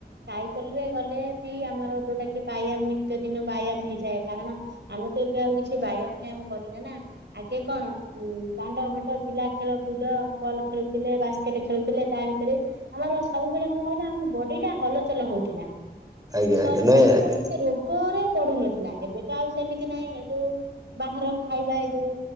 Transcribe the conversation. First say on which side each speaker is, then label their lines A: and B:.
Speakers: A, on the right; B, on the right.
A: ସାଇକେଲ ରେ ଗଲେ ବି ଆମର ଯୋଉଟା କି ବ୍ୟାୟାମ ନିତ୍ୟ ଦିନ ବ୍ୟାୟାମ ହେଇଯାଏ କାରଣ ଆମେ ଏବେ ଆଉ କିଛି ବ୍ୟାୟାମ ଫାୟାମ କରୁନେ ନା ଆଗେ କଣ ଉଁ ଦାଣ୍ଡ ଘାଟ ପିଲା ଖେଳ କୁଦ ବଲ୍ ଖେଳୁଥିଲେ ବାସ କ୍ରିକେଟେ ଖେଳୁଥିଲେ ତା ଭିତରେ ଆମର ସବୁବେଳେ କଣ କହିଲା ଆମ ବଡି ଟା ହଲଚଲ ହଉଥିଲା।
B: ଆଜ୍ଞା
A: ଆମ ଶରୀର
B: ଆଜ୍ଞା ନାଇଁ
A: ଟା ସବୁ
B: ଆଜ୍ଞା
A: ରୋଗରେ ପଡୁନଥିଲା ଏବେ ତ ଆଉ ସେମିତି ନହିଁ ଏବେ ବାହାର ଖାଇବା ଏ ଯୋଉ